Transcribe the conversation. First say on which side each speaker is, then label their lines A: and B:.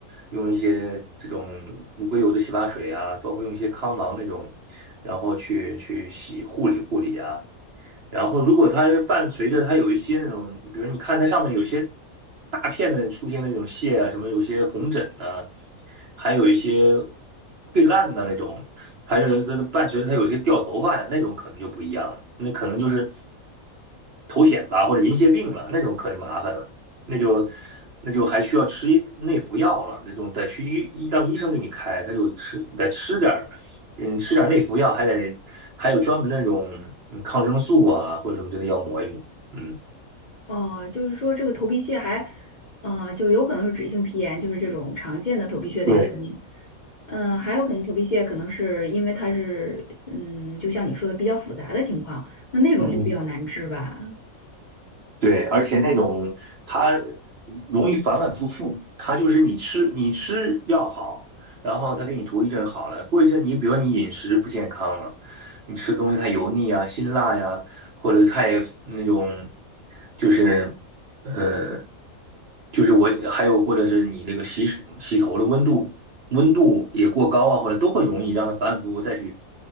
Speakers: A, on the right; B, on the left.
A: 用一些这种无硅油的洗发水啊，包括用一些康王那种，然后去去洗护理护理啊，然后如果它伴随着它有一些那种，比如你看它上面有一些大片的出现那种屑啊，什么有些红疹的，还有一些溃烂的那种，还有它伴随着它有一些掉头发呀，那种可能就不一样了，那可能就是头癣吧或者银屑病了，那种可就麻烦了，那就。那就还需要吃内服药了，那种得去医让医生给你开，他就吃得吃点儿嗯，吃点内服药还得还有专门那种嗯抗生素啊或者什么之类要抹一抹。嗯，
B: 哦，就是说这个头皮屑还，呃，就有可能是脂溢性皮炎，就是这种常见的头皮屑的原因。
A: 对，
B: 嗯，还有可能头皮屑可能是因为它是，嗯，就像你说的比较复杂的情况，那那种就比较难治吧。
A: 嗯，对，而且那种它容易反反复复，它就是你吃你吃药好，然后它给你涂一阵好了，过一阵你比如你饮食不健康了，你吃东西太油腻啊、辛辣呀、或者太那种就是。呃。就是我还有或者是你那个洗洗头的温度温度也过高啊，或者都会容易让它反反复复再去